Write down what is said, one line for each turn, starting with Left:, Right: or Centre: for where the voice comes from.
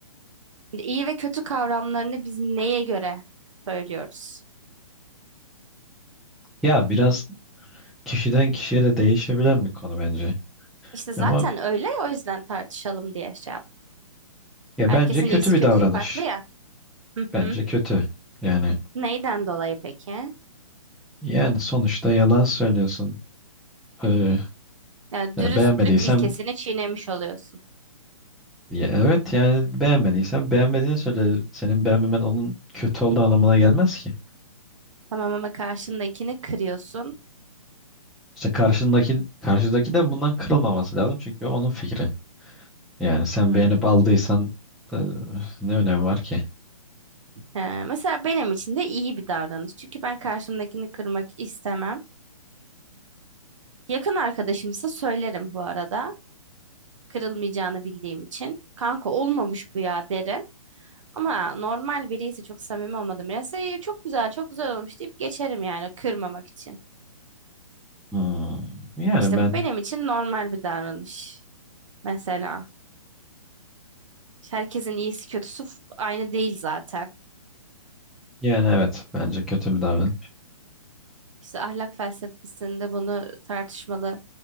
Right: Şimdi İyi ve kötü kavramlarını biz neye göre söylüyoruz?
Centre: Ya biraz kişiden kişiye de değişebilen bir konu bence.
Right: İşte zaten
Centre: Ama
Right: öyle o yüzden tartışalım diye şey yap.
Centre: ya
Right: Herkesin
Centre: bence kötü
Right: iyisi
Centre: bir
Right: kötüsü
Centre: davranış.
Right: farklı ya. Hı
Centre: Bence
Right: hı.
Centre: kötü. Yani
Right: Neyden dolayı peki?
Centre: yani sonuçta yalan söylüyorsun. Ee,
Right: Yani
Centre: ya
Right: dürüstlük
Centre: beğenmediysen
Right: ilkesini çiğnemiş oluyorsun.
Centre: ya evet yani beğenmediysen beğenmediğini söyle. Senin beğenmemen onun kötü olduğu anlamına gelmez ki.
Right: Tamam ama karşındakini kırıyorsun.
Centre: İşte karşındaki karşıdaki de bundan kırılmaması lazım çünkü o onun fikri. Yani sen
Right: Hmm.
Centre: beğenip aldıysan ee, ne önemi var ki?
Right: He, mesela benim için de iyi bir davranış. Çünkü ben karşımdakini kırmak istemem. Yakın arkadaşımsa söylerim bu arada. Kırılmayacağını bildiğim için. Kanka olmamış bu ya derim. Ama normal biri ise çok samimi olmadım. Birisi "İyi, çok güzel çok güzel olmuş deyip geçerim yani kırmamak için.
Centre: Hmm. Yani
Right: İşte
Centre: ben
Right: bu benim için normal bir davranış. Mesela herkesin iyisi kötüsü f- aynı değil zaten.
Centre: yani evet bence kötü bir davranış.
Right: İşte ahlak felsefesinde bunu tartışmalı